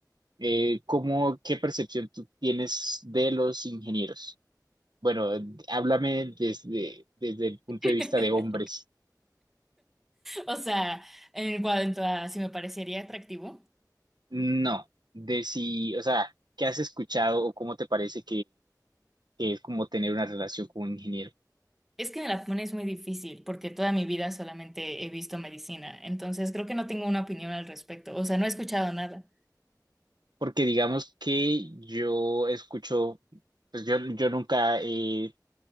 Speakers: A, on the right (about 75°); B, in the centre.
A: Eh, ¿cómo, qué percepción tú tienes de los ingenieros? Bueno, háblame desde, desde el punto
B: <laughs>
A: de vista de hombres.
B: O sea, en cuanto a si me parecería atractivo,
A: No, de si, o sea, ¿qué has escuchado o cómo te parece que es como tener una relación con un ingeniero.
B: es que me la pones muy difícil porque toda mi vida solamente he visto medicina, entonces creo que no tengo una opinión al respecto, o sea, no he escuchado nada.
A: Porque digamos que yo escucho, pues yo, yo nunca he